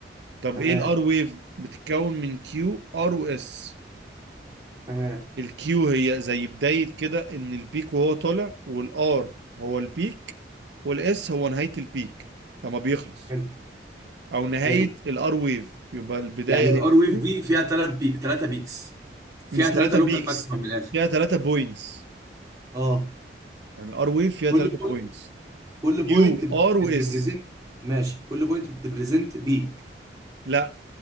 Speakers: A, on the right; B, on the right.
A: طب
B: تمام
A: ايه الار ويف بتتكون من كيو ار واس
B: تمام
A: الكيو هي زي بدايه كده ان البيك وهو طالع والار هو البيك والاس هو نهايه البيك لما بيخلص
B: حلو
A: او نهايه
B: حلو
A: الار ويف يبقى البدايه
B: يعني
A: هي
B: الار ويف
A: كيو
B: دي فيها ثلاث بيك ثلاثه بيكس فيها
A: مش
B: ثلاثه
A: ثلاثه
B: لوكال
A: بيكس
B: ماكسيمم من الاخر
A: فيها ثلاثه بوينتس
B: اه
A: يعني الار ويف فيها
B: كل
A: ثلاثة
B: بوينت
A: بوينتس
B: كل بوينت
A: كيو ار واس
B: بتريبريزنت ماشي كل بوينت بتريبريزنت بيك
A: لا